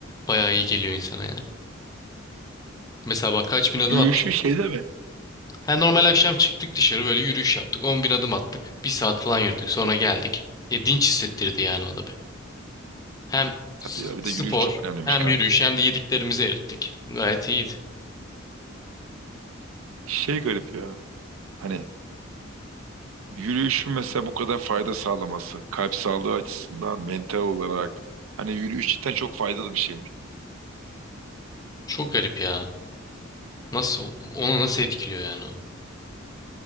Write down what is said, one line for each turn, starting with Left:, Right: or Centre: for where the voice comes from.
Left: Bayağı iyi geliyor insana yani. Mesela bak kaç bin adım
Right: Yürüyüşü
Left: atmıştık.
Right: şey de mi?
Left: Ha, normal akşam çıktık dışarı böyle yürüyüş yaptık. on bin adım attık. Bir saat falan yürüdük sonra geldik. Ya dinç hissettirdi yani o da bir. Hem
Right: Tabii
Left: s-
Right: ya bir
Left: spor
Right: de yürüyüş çok önemliymiş
Left: hem
Right: kanka.
Left: yürüyüş hem de yediklerimizi erittik. Gayet iyiydi.
Right: Şey garip ya. Hani Yürüyüşün mesela bu kadar fayda sağlaması, kalp sağlığı açısından, mental olarak. Hani yürüyüş cidden çok faydalı bir şeymiş.
Left: Çok garip ya. Nasıl onu nasıl etkiliyor yani o?